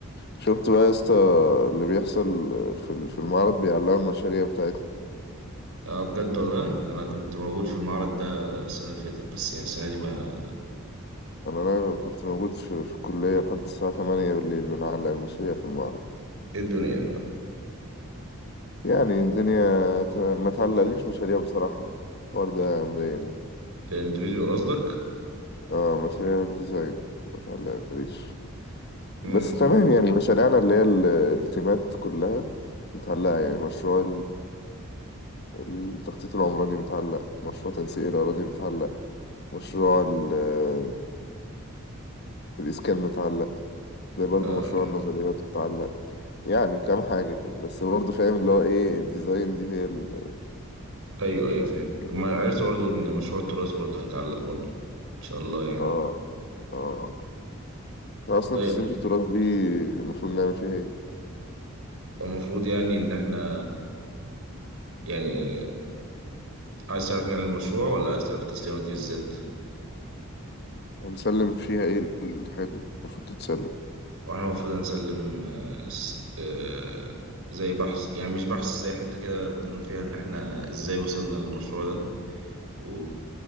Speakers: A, on the left (about 50°); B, on the right (about 75°).
A: شفت بقى يا اسطى اللي بيحصل في ال- في المعرض بيعلقوا المشاريع بتاعتنا
B: اه بجد والله انا كنت موجود في المعرض ده السنه اللي فاتت بس يعني السنه دي ما
A: انا انا كنت موجود في, في الكليه لحد الساعه 8 بالليل بنعلق المشاريع في المعرض
B: ايه الدنيا بقى
A: يعني الدنيا تمام ما تعلقليش مشاريع بصراحه الحوار ده مضايقني
B: الانديفيديوال قصدك
A: اه مشاريع الديزاين ما تعلقليش
B: امم
A: بس تمام يعني مشاريعنا اللي هي ال- التيمات كلها متعلقة يعني مشروع التخطيط العمراني متعلق مشروع تنسيق الأراضي متعلق مشروع ال- آه، الإسكان متعلق تلاقي برضو
B: آه.
A: مشروع النظريات متعلق يعني كام حاجة كده بس برضو فاهم اللي هو إيه الديزاين دي هي ال
B: ايوه ايوه فاهم
A: ال-
B: وما عرفت برضو ان مشروع التراث برضو هيتعلق برضو ان شاء الله يعني
A: آه آه أصلا
B: طيب
A: تسليمة التراث دي المفروض نعمل فيها إيه؟
B: المفروض يعني ان احنا يعني عايز تعرف يعني المشروع ولا عايز تعرف التسليمه دي بالذات
A: هنسلم فيها إيه الحاجات اللي المفروض تتسلم
B: واحنا المفروض هنسلم آه، س- آه، زي بحث يعني مش بحث زي حتة كده بنقول فيها ان احنا ازاي وصلنا للمشروع ده و...